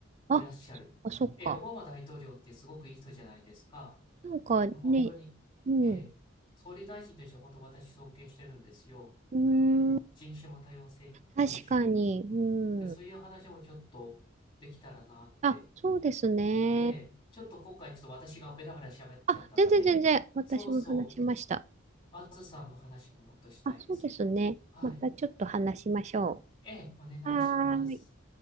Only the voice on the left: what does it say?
いらっしゃる。
ええ、オバマ大統領ってすごくいい人じゃないですか。
で、本当に、
ええ、総理大臣として本当私尊敬してるんですよ。
あの、
人種も多様性あるし、
で、そういう話もちょっとできたらなって。
ええ、ちょっと今回ちょっと私がベラベラ喋っちゃったので、
そうそう、まずさんの話ももっとしたいです。
はい。
ええ、お願いします。